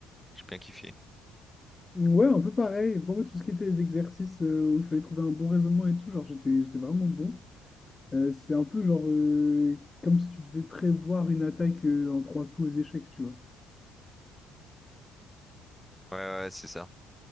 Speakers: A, in the centre; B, on the left.
A: j'ai bien kiffé.
B: Ouais, un peu pareil. Pour moi, tout ce qui était les exercices euh, où il fallait trouver un bon raisonnement et tout, genre j'étais j'étais vraiment bon. Euh, c'est un peu genre euh, comme si tu devais prévoir une attaque euh, en trois coups aux échecs, tu vois.
A: Ouais, ouais, ouais, c'est ça.